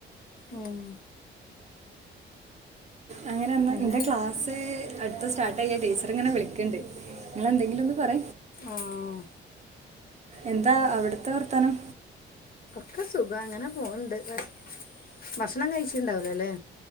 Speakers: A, on the left; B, on the right.
A: ഉം
B: അങ്ങനെന്ന്
A: അങ്ങനെ
B: എന്റെ ക്ലാസ് അടുത്ത് സ്റ്റാർട്ട് ചെയ്യാ ടീച്ചർ ഇങ്ങനെ വിളിക്കുന്നുണ്ട് നിങ്ങങ്ങളെന്തെങ്കിലും ഒന്ന് പറ
A: ആഹ്
B: എന്താ അവിടത്തെ വർത്താനം.
A: ഒക്കെ സുഖം അങ്ങനെ പോവുണ്ട് ന്ന് ഭക്ഷണം കഴിച്ചിട്ടുണ്ടാവില്ലല്ലേ